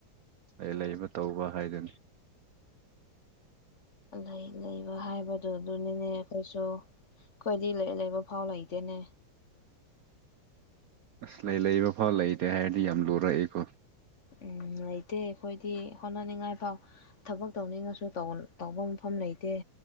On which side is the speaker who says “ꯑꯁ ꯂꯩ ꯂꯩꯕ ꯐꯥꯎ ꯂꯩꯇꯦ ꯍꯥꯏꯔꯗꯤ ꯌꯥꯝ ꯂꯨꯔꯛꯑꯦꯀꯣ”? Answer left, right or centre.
Right